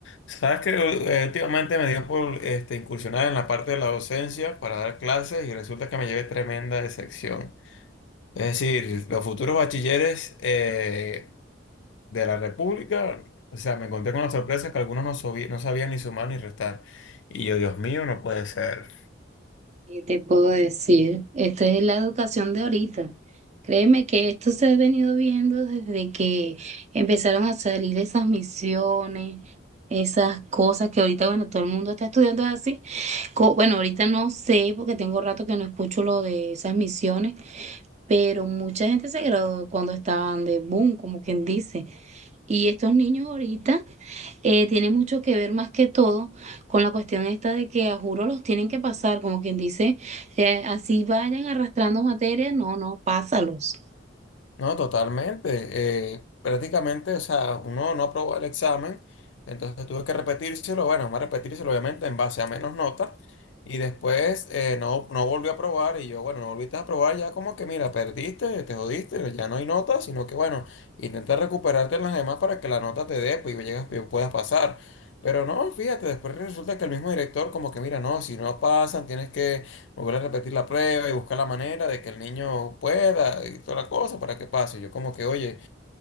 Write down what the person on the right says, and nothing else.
¿Qué te puedo decir? Esta es la educación de ahorita. Créeme que esto se ha venido viendo desde que empezaron a salir esas misiones, esas cosas que ahorita, bueno, todo el mundo está estudiando así. Co- Bueno, ahorita no sé porque tengo rato que no escucho lo de esas misiones, pero mucha gente se graduó cuando estaban de boom, como quien dice. Y estos niños ahorita eh, tienen mucho que ver más que todo con la cuestión esta de que a juro los tienen que pasar, como quien dice, eh, así vayan arrastrando materia, no, no, pásalos.